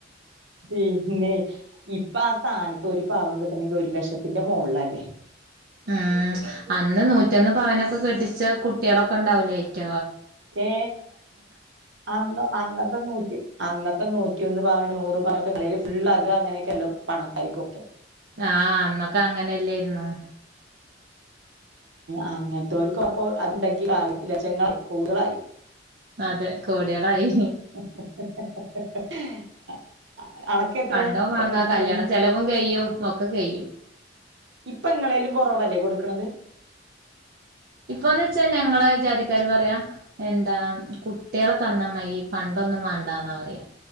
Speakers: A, on the right; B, on the right.
A: പിന്നയ് ഇപ്പ ആഹ്, സ്ഥാനത്ത് ഒരു പവൻ കിട്ടണെങ്കി, ഒരു ലക്ഷത്തിന്റെ മുകളില ല്ലേ?
B: ഉം, അന്ന് നൂറ്റൊന്ന് പവനൊക്കെ കെട്ടിച്ച കുട്ടികളൊക്കെ ഉണ്ടാവൂലേ യ്റ്റ.
A: ഏ അന്നോ. അന്നത്തെ നൂറ്റി, അന്നത്തെ നൂറ്റി ഒന്ന് പവന് നൂറ് പവനൊക്കെ ങ്ങളില് ഫുൾ അത്. അങ്ങനെയൊക്കെല്ലോ പണക്കാ രിക്കു ഒക്കെ
B: ആഹ്, അന്നൊക്കെ അങ്ങനെല്ലേരുന്നു.
A: അങ്ങനത്തെവർക്കും അപ്പൊ അതുണ്ടെങ്കി ലക്ഷങ്ങളായി കൂളായി.
B: അതെ കോടികളായി.
A: <inaudible> അനക്കെത്രേ
B: പണ്ടോ വാങ്ങാം,
A: തന്നിട്ടുണ്ടാർന്ന്
B: കല്യാണചെലവും കഴി യ്യും, ഒക്കെ കഴിയ്യും.
A: ഇപ്പ ഇങ്ങളേലും കുറവല്ലെ കൊടുക്കണത്.
B: ഇപ്പൊ, ന്ന് വെച്ചാ ഞങ്ങളെ ജാതിക്കാര് പറയാ. എന്താ, കുട്ടികളെ തന്ന മതി. പണ്ടൊന്നും വേണ്ടന്നാ പറയാ.